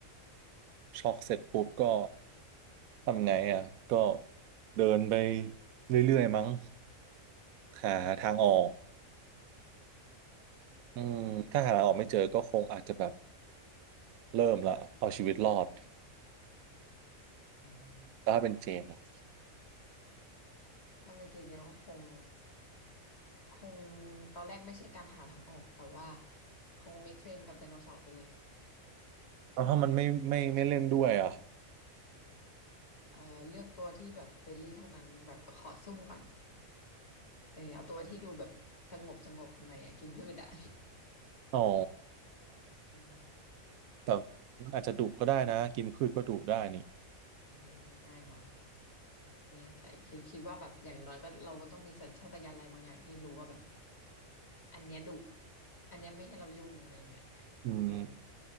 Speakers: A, on the right (about 85°); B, on the left (about 50°).
A: ช็อกเสร็จปุ๊บก็ทำไงอะก็เดินไปเรื่อยๆมั้งหาทางออกอืมถ้าหาทางออกไม่เจอก็คงอาจจะแบบเริ่มละเอาชีวิตรอด
B: อืม
A: แล้วถ้าเป็นเจนล่ะ
B: ถ้าเป็นเจนเจนก็คง คงตอนแรกไม่ใช่การหาทางออกแต่ว่าคง make friend กับไดโนเสาร์ไปเลย
A: แล้วถ้ามันไม่ไม่ไม่เล่นด้วยอะ
B: เอ่อเลือกตัวที่แบบเฟรนลี่เท่านั้นแบบขอซุ่มก่อนเออเอาตัวที่ดูแบบสงบสงบหน่อยอะกินพืชอ่ะ
A: อ๋อ
B: อืม
A: แต่มันอาจจะดุก็ได้นะกินพืชก็ดุได้นี่
B: เออดูได้เนาะเนี่ยใจคือคิดว่าแบบอย่างน้อยก็เราก็ต้องมีสัญชาตญาณอะไรบางอย่างที่รู้ว่าแบบอันเนี้ยดุอันเนี้ยไม่ให้เรายุ่งอะไรเงี้ย
A: อืม
B: เออ